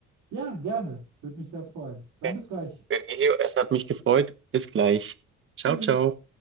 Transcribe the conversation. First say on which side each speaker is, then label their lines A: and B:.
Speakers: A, on the right; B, on the right.
A: Ja, gerne. Würde mich sehr freuen. Dann
B: Okay.
A: bis gleich.
B: Elio, es hat mich gefreut. Bis gleich. Ciao,
A: Tschüss.
B: ciao.